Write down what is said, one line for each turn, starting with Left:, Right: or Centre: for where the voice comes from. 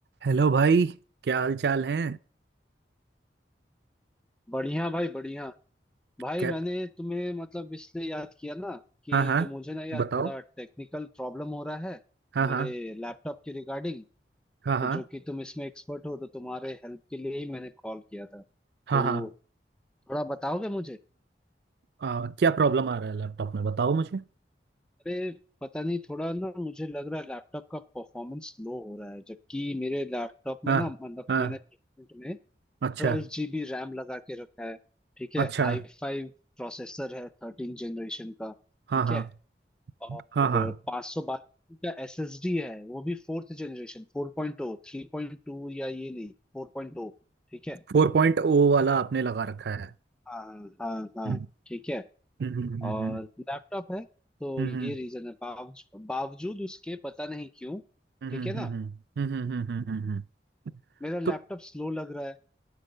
Right: हेलो भाई क्या हाल चाल है
Centre: बढ़िया भाई बढ़िया भाई
Right: क्या
Centre: मैंने तुम्हें मतलब इसलिए याद किया ना कि
Right: हाँ हाँ
Centre: मुझे ना यार
Right: बताओ
Centre: थोड़ा टेक्निकल प्रॉब्लम हो रहा है
Right: हाँ
Centre: मेरे
Right: हाँ
Centre: लैपटॉप के रिगार्डिंग
Right: हाँ हाँ
Centre: तो जो कि तुम इसमें एक्सपर्ट हो तो तुम्हारे हेल्प के लिए ही मैंने कॉल किया था तो
Right: हाँ हाँ
Centre: थोड़ा बताओगे मुझे
Right: हाँ क्या प्रॉब्लम आ रहा है लैपटॉप में बताओ मुझे
Centre: अरे पता नहीं थोड़ा ना मुझे लग रहा है लैपटॉप का परफॉर्मेंस लो हो रहा है जबकि मेरे लैपटॉप में
Right: हाँ
Centre: ना मतलब
Right: हाँ
Centre: मैंने प्लेसमेंट में
Right: अच्छा
Centre: ट्वेल्व जीबी रैम लगा के रखा है ठीक है
Right: अच्छा
Centre: आई फाइव प्रोसेसर है थर्टीन जनरेशन का
Right: हाँ
Centre: ठीक
Right: हाँ
Centre: है और
Right: हाँ हाँ
Centre: पाँच सौ बारह का एसएसडी है वो भी fourth generation Four point o three point two या ये नहीं फोर पॉइंट ओ ठीक है
Right: फोर पॉइंट ओ वाला आपने लगा रखा है
Centre: हाँ हाँ हाँ
Right: हम्म
Centre: ठीक है
Right: हम्म हम्म
Centre: और
Right: हम्म
Centre: लैपटॉप है तो
Right: हम्म
Centre: ये रीजन है बावजूद बावजूद उसके पता नहीं क्यों
Right: हम्म
Centre: ठीक है ना
Right: हम्म हम्म हम्म हम्म, हम्म, हम्म, हम्म, हम्म, हम्म, हम्म।
Centre: मेरा लैपटॉप
Right: तो
Centre: स्लो लग रहा है